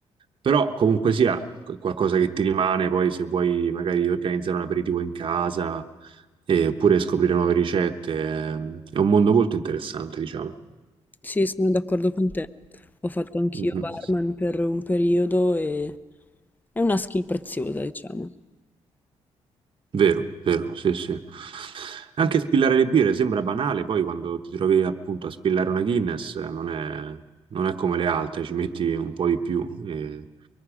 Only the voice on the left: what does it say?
Sì, sono d'accordo con te. Ho fatto anch'io
barman per un periodo e è una skill preziosa, diciamo.